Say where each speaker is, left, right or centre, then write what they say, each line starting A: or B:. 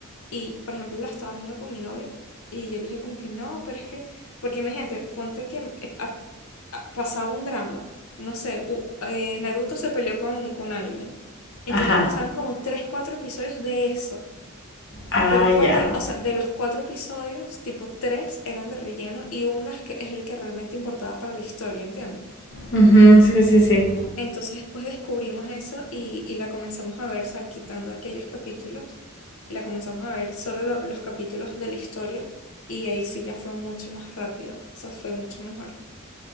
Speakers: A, on the left; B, on the left.
A: y por ejemplo la estaba viendo con mi novio, y yo le dije como que no, pero es que, porque imagínate, ponte que eh, a- a- pasaba un drama, no sé, u- eh, Naruto se peleó con, con alguien. Entonces
B: ajá.
A: pasaban como tres, cuatro episodios de eso.
B: Ah,
A: Pero es
B: ya.
A: porque,
B: ok.
A: o sea, de los cuatro episodios, tipo tres eran de relleno y uno es que es el que realmente importaba para la historia, ¿entiendes?
B: Ujú, sí, sí, sí.
A: Entonces después descubrimos eso y, y la comenzamos a ver, o sea, quitando aquellos capítulos y la comenzamos a ver solo lo- los capítulos de la historia y ahí sí ya fue mucho más rápido, o sea, fue mucho mejor.